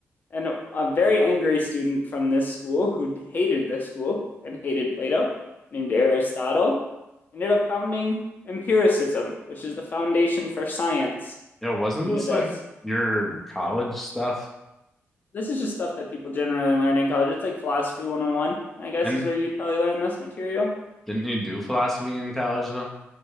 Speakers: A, on the left; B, in the centre.
A: And a very angry student from this school who hated this school and hated Plato, named Aristotle, ended up founding empiricism, which is the foundation for science
B: Yo, wasn't
A: due
B: this
A: to this.
B: like your college stuff?
A: this is just stuff that people generally learn in college. It's like philosophy 101, I guess,
B: Didn't
A: is where you'd probably learn this material.
B: didn't you do philosophy in college though?